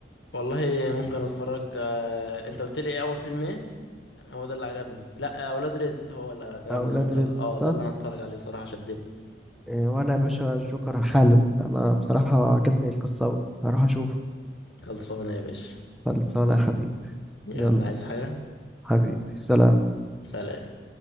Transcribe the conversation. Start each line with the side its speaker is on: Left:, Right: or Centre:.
Left: والله ممكن أتفرج آه، أنت قلت لي إيه أول فيلم إيه؟ هو ده اللي عجبني لا آه، ولاد رزق هو اللي عجبني
Centre: أولاد
Left: أنا ممكن
Centre: رزق
Left: اه
Centre: صح
Left: ده اللي أنا أتفرج عليه صراحة شدني
Centre: إيه وأنا يا باشا الجوكر حالا أنا بصراحة عجبني القصة أوي هروح أشوفه
Left: خلصانة يا باشا
Centre: خلصانة يا حبيبي
Left: يلا
Centre: يلا
Left: عايز حاجة؟
Centre: حبيبي سلام
Left: سلام